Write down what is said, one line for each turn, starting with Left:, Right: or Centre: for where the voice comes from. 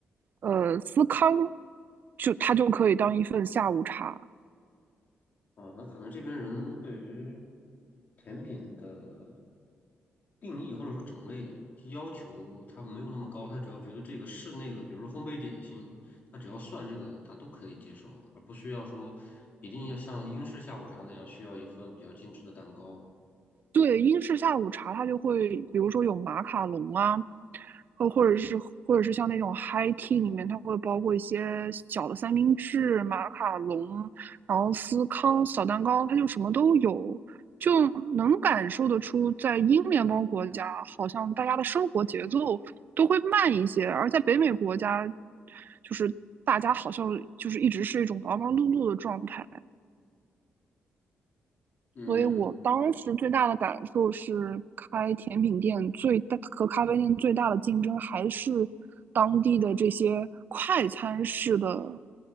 Right: 呃，司康就它就可以当一份下午茶。
Left: 啊，那可能这边人对于甜品的定义或者说种类要求，他没有那么高，他只要觉得这个是那个，比如说烘焙点心，他只要算这个，他都可以接受，而不需要说一定要像英式下午茶那样需要一份比较精致的蛋糕。
Right: 对，英式下午茶它就会，比如说有马卡龙啊，呃，或者是或者是像那种 high tea 里面，它会包括一些小的三明治、马卡龙，然后司康、小蛋糕，它就什么都有，就能感受得出，在英联邦国家，好像大家的生活节奏都会慢一些，而在北美国家，就是大家好像就是一直是一种忙忙碌碌的状态。
Left: 嗯
Right: 所以我当时最大的感受是，开甜品店最大和咖啡店最大的竞争还是当地的这些快餐式的